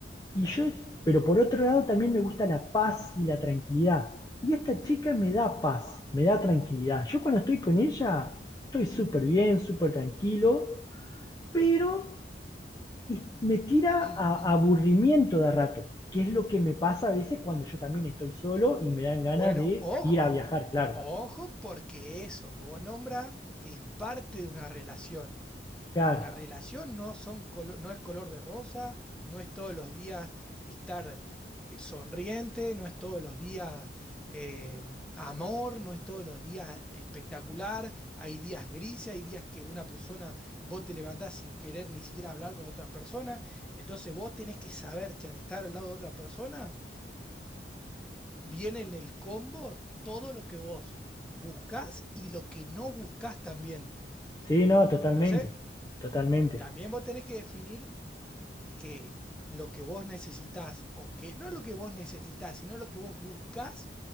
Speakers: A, on the left (about 20°); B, in the centre.
A: Y
B: Claro.
A: yo, pero por otro lado también me gusta la paz y la tranquilidad. Y esta chica me da paz, me da tranquilidad. Yo cuando estoy con ella, estoy súper
B: Mm.
A: bien, súper tranquilo, pero y- me tira
B: <clears throat>
A: a aburrimiento de rato, que es lo que me pasa a veces cuando yo también estoy solo y me dan ganas
B: Bueno,
A: de
B: ojo,
A: ir a viajar, claro.
B: ojo, porque eso que vos nombras es parte de una relación.
A: Claro.
B: Una relación no, son colo- no es color de rosa, no es todos los días estar eh, sonriente, no es todos los días eh, amor, no es todos los días espectacular. Hay días grises, hay días que una persona, vos te levantás sin querer ni siquiera hablar con otra persona. Entonces vos tenés que saber que al estar al lado de otra persona, viene en el combo todo lo que vos buscás y lo que no buscás también.
A: Sí, no, totalmente.
B: Entonces,
A: Totalmente.
B: también vos tenés que definir que lo que vos necesitás, o que no lo que vos necesitás, sino lo que vos buscás,